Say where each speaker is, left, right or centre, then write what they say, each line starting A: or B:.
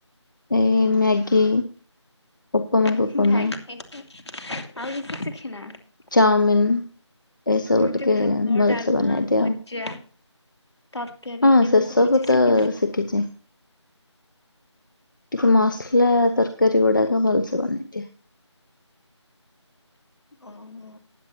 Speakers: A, on the left; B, on the left.
A: ଏଇ ମ୍ୟାଗି। ଉପମା
B: <unintelligible>
A: ଫୁପମା
B: ଆଉ କିଛି ଶିଖିନା?
A: ଚାଓମିିନ ଏସବୁ
B: ଯେମିତି
A: ଟିକେ
B: ଭାତ,
A: ଭଲସେ
B: ଡାଲମା,
A: ବନେଇ ଦିଏ
B: ଭଜା,
A: ଆଉ।
B: ତରକାରୀ
A: ହଁ
B: ଏବେ
A: ସେସବୁ
B: ସବୁ କିଛି
A: ତ
B: ଶିଖିନ?
A: ଶିଖିଛି। ଟିକେ ମସଲା ତରକାରୀ ଗୁଡାକ ଭଲସେ ବନେଇଦିଏ।
B: ଓହୋ।